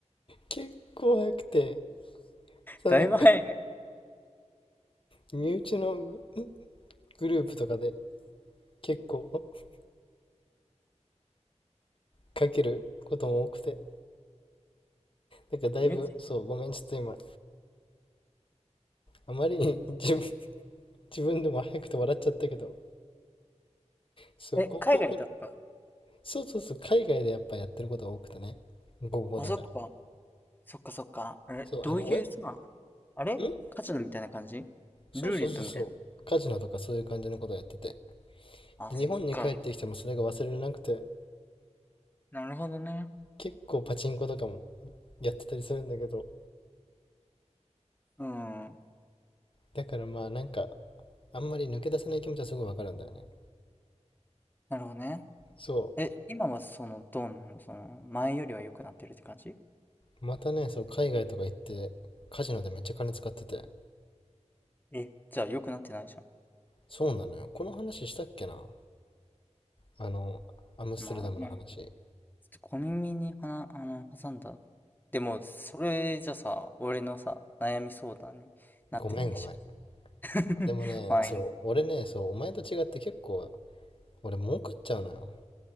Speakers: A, on the left; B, on the left.
A: 結構早くて、そのなんか
B: だいぶ早いね。
A: 身内のググループとかで結構 <laughs> かけることも多くて、なんかだいぶ、
B: 身内
A: そう、ごめん、ちょっと今、あまりに <laughs> 自分、自分でも早くて笑っちゃったけど、そう、
B: え、
A: 高校、
B: 海外行ったとか
A: そうそうそう、海外でやっぱやってることが多くてね、高校だから。
B: あ、そっか。そっかそっか。え、
A: そう、
B: どういうさ、
A: あの、おえ、
B: あれカジノみたいな感じルーレットみたいな。
A: んそうそうそうそう、カジノとかそういう感じのことやってて。
B: あ、
A: で、
B: そっか。
A: 日本に帰ってきてもそれが忘れなくて、
B: なるほどね。
A: 結構パチンコとかもやってたりするんだけど、
B: うん。
A: だからまあなんか、あんまり抜け出せない気持ちはすごいわかるんだよね。
B: なるほどね。
A: そ
B: え、今はその、どうなのその、前よりは良くなってるって感じ
A: う。またね、そう、海外とか行って、カジノでめっちゃ金使ってて。
B: え、じゃあ良くなってないじゃ
A: そうなのよ。この話したっけなあの、アムステルダムの話。
B: ん。まあ、まあちょっと小耳にはな、あの、挟んだ。でも、それじゃさ、俺のさ、悩み相談になってないじゃん。
A: ごめんごめん。
B: <laughs>
A: でもね、
B: まあいいの。
A: そう、俺ね、そう、お前と違って結構、俺儲かっちゃうのよ。